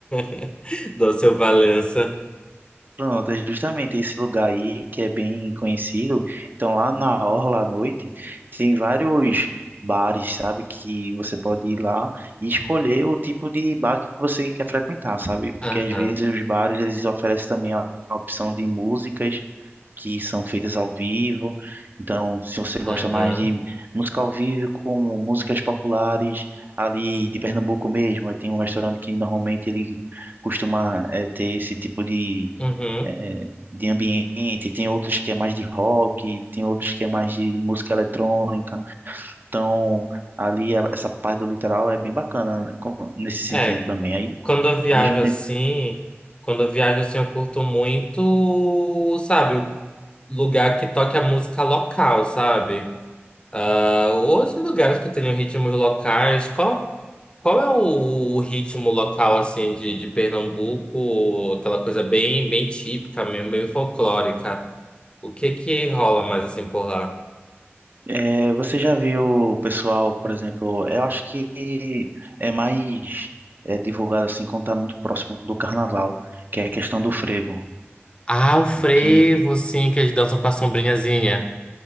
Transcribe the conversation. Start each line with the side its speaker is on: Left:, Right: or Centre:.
Left: <laughs> do seu Valença.
Right: Pronto, é justamente esse lugar aí que é bem conhecido. Então, lá na orla à noite, tem vários bares, sabe? Que você pode ir lá e escolher o tipo de bar que você quer frequentar, sabe?
Left: Aham,
Right: Porque às vezes os bares eles oferecem também a a opção de músicas que são feitas ao vivo. Então, se você
Left: aham,
Right: gosta mais de música ao vivo, como músicas populares ali de Pernambuco mesmo, tem um restaurante que normalmente ele costuma eh, ter esse tipo de
Left: uhum.
Right: é, de ambiente, tem outros que é mais de rock, tem outros que é mais de música eletrônica. Então, ali a- essa parte do litoral é bem bacana né, com- nesse sentido
Left: É,
Right: também. Aí,
Left: quando eu viajo
Right: ao mesmo tempo,
Left: assim, quando eu viajo assim, eu curto muito, sabe, lugar que toque a música local, sabe? Ah, outros lugares que tenham ritmos locais. Qual? Qual é o, o ritmo local, assim, de, de Pernambuco? Aquela coisa bem, bem típica mesmo, meio folclórica. O que que rola mais, assim, por lá?
Right: é, você já viu o pessoal, por exemplo, eu acho que é mais é, divulgado assim quando tá muito próximo do carnaval, que é a questão do frevo,
Left: Ah, o frevo,
Right: que
Left: sim, que eles dançam com a sombrinhazinha.